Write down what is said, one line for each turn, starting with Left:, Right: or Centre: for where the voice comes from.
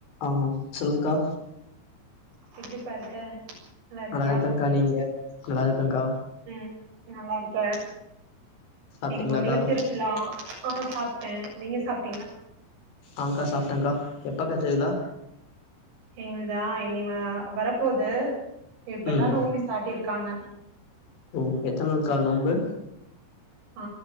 Left: ஆஹ் சொல்லுங்க்கா
Right: எப்டிபா இருக்க நல்லா இருக்கியா
Left: நல்லாருக்கங்க்கா நீங்க நல்லாருக்கங்க்கா
Right: ம் நல்லா இருக்க
Left: சாப்ட்டீங்களாக்கா
Right: எங்க ஊர்ல திருவிழா ஆ சாப்ட்டேன் நீங்க சாப்
Left: ஆங்க்கா சாப்ட்டன்க்கா எப்பக்கா திருவிழா
Right: எங்கள்தா இனி வ வரப்போது இப்பதா
Left: ம்
Right: நோம்பி சாட்டிருக்காங்க
Left: ஓ எத்தன் நாள்கா நோம்பு
Right: ஆ